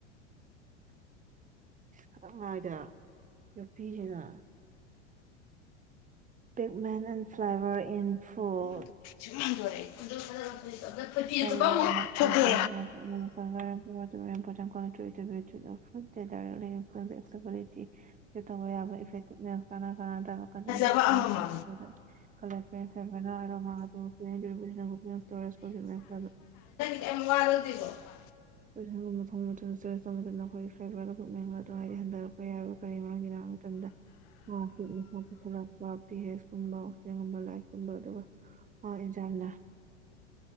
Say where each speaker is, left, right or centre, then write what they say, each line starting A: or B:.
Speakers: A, on the right; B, on the left.
A: ꯑꯁ ꯆꯅꯥꯏꯗ ꯅꯨꯄꯤꯁꯤꯅ ꯄꯤꯛ ꯃꯦꯟ ꯑꯦꯟ ꯐ꯭ꯂꯥꯏꯕꯔ ꯏꯟ ꯐꯨꯜ
B: <unintelligible> ꯊꯨꯞꯄꯦ
A: <unintelligible> <unintelligible> <unintelligible>
B: ꯐꯖꯕ ꯑꯃꯃꯝ
A: <unintelligible>
B: ꯀꯃꯔꯗꯕ <unintelligible>
A: <unintelligible> ꯀ ꯋꯥ ꯉꯔꯥꯡꯇꯗ ꯃꯁ ꯄꯨꯁꯤꯜꯂꯛꯄ ꯄꯤ ꯑꯦꯦꯁ ꯀꯨꯝꯕ ꯁꯤꯒꯨꯝꯕ ꯂꯥꯏꯔꯤꯛꯀꯨꯝꯕ ꯑꯗꯨꯒ ꯍ ꯏꯟꯁꯜ